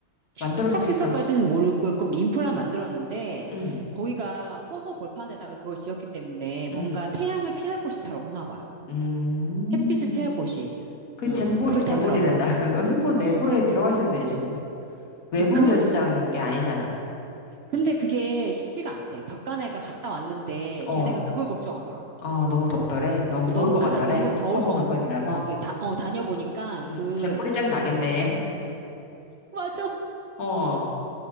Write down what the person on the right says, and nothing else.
숙박시설까지는 모르고 꼭 인프라
만들었는데
거기가 허허 벌판에다가 그걸 지었기 때문에 뭔가
태양을 피할 곳이 잘 없나 봐.
햇빛을 피할 곳이.
어,
그렇다더라고.
어.
그,
근데 그게 쉽지가 않대. 박간애가 갔다 왔는데
걔네가 그걸 걱정하더라고.
너무,
아,
까 너무 더울
것
같더래. 어, 그 다, 어, 다녀보니까
그,
그,
맞아.